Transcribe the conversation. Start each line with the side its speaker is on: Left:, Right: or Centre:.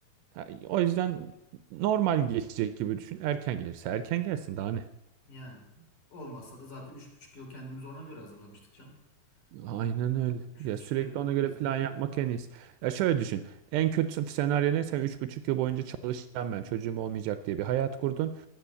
Right: Ha, o yüzden normal geçecek gibi düşün. Erken gelirse erken gelsin daha ne?
Left: yani. Olmazsa da zaten üç buçuk yıl kendimizi ona göre hazırlamıştık canım.
Right: Aynen
Left: Hı.
Right: öyle.
Left: Üç
Right: Ya
Left: buçuk
Right: sürekli
Left: yıllık
Right: ona göre
Left: gerisi.
Right: plan yapmak en iyisi. Ya şöyle düşün. En kötü senaryo ne? Sen üç buçuk yıl boyunca çalışacağım ben. Çocuğum olmayacak diye bir hayat kurdun.